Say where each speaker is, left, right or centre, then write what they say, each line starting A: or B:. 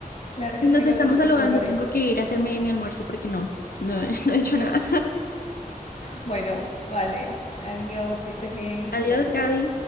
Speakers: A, on the left; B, on the left.
A: Claro que
B: Nos
A: sí, lo,
B: estamos
A: lo,
B: saludando,
A: lo veré.
B: tengo que ir a hacerme mi almuerzo porque no, no, he- <laughs> no he hecho nada.
A: Bueno, vale. Adiós, que estés bien, Zulay.
B: <laughs> Adiós, Gaby.